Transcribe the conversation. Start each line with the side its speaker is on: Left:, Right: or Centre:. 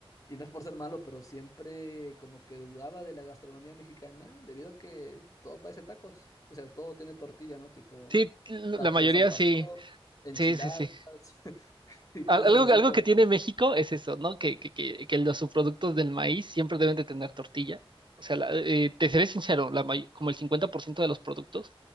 Left: y no es por ser malo, pero siempre como que dudaba de la gastronomía mexicana debido a que todo parece tacos. O sea, todo tiene tortilla, ¿no? Tipo
Right: Sí, la
Left: tacos
Right: mayoría
Left: al pastor,
Right: sí.
Left: enchiladas
Right: Sí, sí, sí.
Left: <laughs> y
Right: Al-
Left: cosas
Right: Algo,
Left: así
Right: algo
Left: como...
Right: que tiene México es eso, ¿no? Que, que, que, que los subproductos del maíz siempre deben de tener tortilla. O sea, la- eh, te seré sincero, la may- como el 50% de los productos